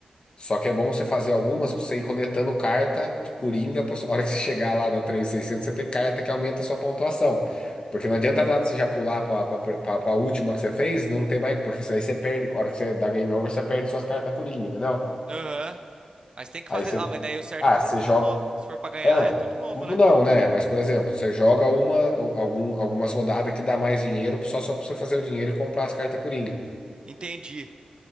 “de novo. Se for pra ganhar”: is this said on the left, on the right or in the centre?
Right